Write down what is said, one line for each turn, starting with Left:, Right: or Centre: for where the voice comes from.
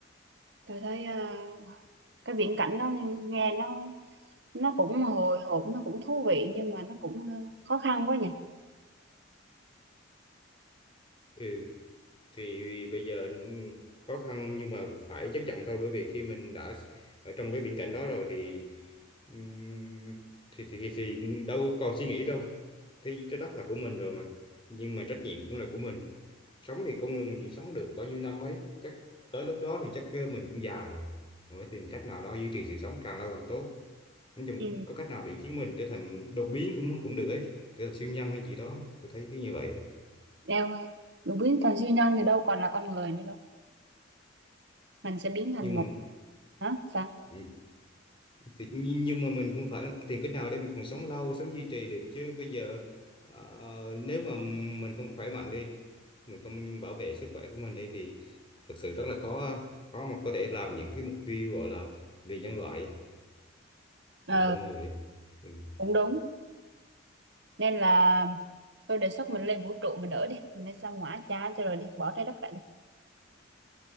Right: tôi thấy à, cái viễn cảnh nó nghe nó nó cũng hồi hộp nó cũng thú vị nhưng mà nó cũng à, khó khăn quá nhỉ
Left: ừ thì bây giờ ừ, khó khăn nhưng mà phải chấp nhận thôi bởi vì khi mình đã ở trong cái viễn cảnh đó rồi thì ừm, thì, thì thì đâu còn suy nghĩ đâu thì trái đất là của mình rồi mà nhưng mà trách nhiệm cũng là của mình sống thì con người mình chỉ sống được bao nhiêu năm ấy chắc tới lúc đó thì chắc ờ, mình cũng già rồi Mình phải tìm cách nào đó duy trì sự sống càng lâu càng tốt nói chung
Right: ừ.
Left: có cách nào để khiến mình trở thành đột biến cũng cũng được ấy trở thành siêu nhân hay gì đó tôi thấy cái như vậy ấy.
Right: đeo đủ biến thành siêu nhân thì đâu còn là con người nữa đâu mình sẽ biến thành
Left: nhưng mà
Right: một hả sao
Left: ừ, thì nhưng nhưng mà mình cũng phải tìm cách nào để mình còn sống lâu sống duy trì được chứ bây giờ ờ, ờ, nếu mà mình không khỏe mạnh đi mình không bảo vệ sức khỏe của mình đi thì thật sự rất là khó khó mà có thể làm những cái mục tiêu gọi là vì nhân loại ấy,
Right: ờ
Left: vì con người ấy. Ừ.
Right: cũng đúng nên là tôi đề xuất mình lên vũ trụ mình ở đi mình lên sao hỏa cha cho rồi đi bỏ trái đất lại